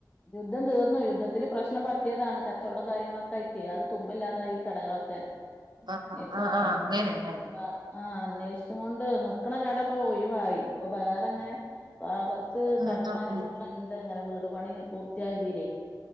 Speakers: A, on the left; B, on the right.
A: യുദ്ധം തീർന്നു യുദ്ധത്തില് പ്രശ്നം പറ്റിയതാണ് കച്ചവടം കാര്യങ്ങളൊക്കെ ആയിട്ടേയ് അത് തുമ്പ് ഇല്ലാതായി കടകളൊക്കെ
B: ആഹ് ആഹ്
A: ഇപ്പോ
B: ആഹ് ആഹ് അങ്ങനെല്ലേ
A: വ ആഹ് അന്വേഷിച്ചും കൊണ്ട് നിക്കണ കട ഇപ്പൊ ഒഴിവായി ഇപ്പൊ വേറെങ്ങനെ ആഹ് കൊറ <unintelligible> കടം
B: ആഹ് ആഹ്
A: കാര്യങ്ങളൊക്കെ
B: ആഹ്
A: ഇണ്ട് അങ്ങനെ വീട്പണി പൂർത്തിയായ ഇതീലേയ്